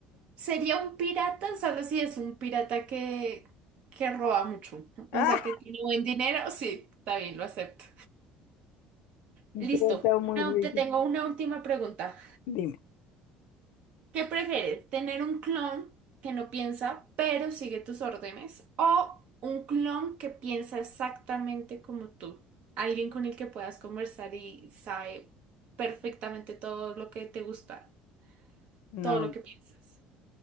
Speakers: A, on the right; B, on the left.
A: sería un pirata solo si es un pirata que, que roba mucho.
B: ¡Ah!
A: O sea, que tiene buen dinero. Sí, está bien, lo acepto.
B: Creo
A: Listo.
B: está muy
A: Una-
B: rico.
A: te tengo una última pregunta.
B: Dime.
A: ¿Qué prefieres? ¿Tener un clon que no piensa, pero sigue tus órdenes? ¿O un clon que piensa exactamente como tú? Alguien con el que puedas conversar y sabe perfectamente todo lo que te gusta,
B: No,
A: todo lo que piensas.